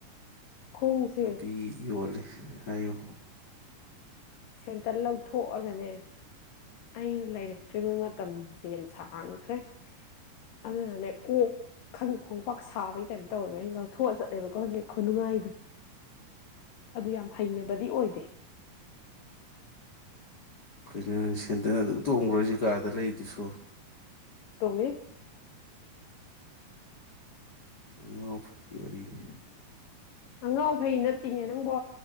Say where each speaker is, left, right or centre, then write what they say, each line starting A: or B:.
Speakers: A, on the left; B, on the left.
A: ꯈꯣꯡꯁꯦ
B: ꯅꯄꯤ ꯌꯣꯜꯂꯤ ꯍꯥꯏꯌꯣ
A: ꯁꯦꯟꯇꯟ ꯂꯧꯊꯣꯛꯑꯒꯅꯦ ꯑꯩꯅ ꯂꯩꯔꯛꯇꯔꯤꯕ ꯃꯇꯝꯁꯦ ꯌꯥꯝ ꯁꯥꯡꯈ꯭ꯔꯦ ꯑꯗꯨꯅꯅꯦ ꯀꯣꯛ ꯈꯪꯗ ꯈꯣꯡꯄꯥꯛ ꯁꯥꯕꯩ ꯀꯩꯅꫭ ꯇꯧꯋꯦꯕ ꯑꯩ ꯂꯧꯊꯣꯛꯑ ꯆꯠꯂꯦꯕꯀꯣ ꯍꯧꯖꯤꯛ ꯈꯨꯅꯨꯡꯉꯥꯏꯗꯣ ꯑꯗꯨ ꯌꯥꯝ ꯍꯩꯅꯕꯗꯤ ꯑꯣꯏꯗꯦ꯫
B: ꯀꯩꯅꯣ ꯁꯦꯟꯗꯟ ꯑꯗꯨꯝ ꯇꯣꯡꯕ꯭ꯔ ꯀꯥꯗ ꯂꯩꯗꯨꯁꯨ꯫
A: ꯇꯨꯡꯋꯦ꯫
B: ꯑꯉꯥꯡ ꯐꯩꯒꯤ ꯋꯥꯔꯤꯅꯤ꯫
A: ꯑꯉꯥꯎ ꯐꯩ ꯅꯠꯇꯤꯌꯦ ꯅꯪꯕꯣ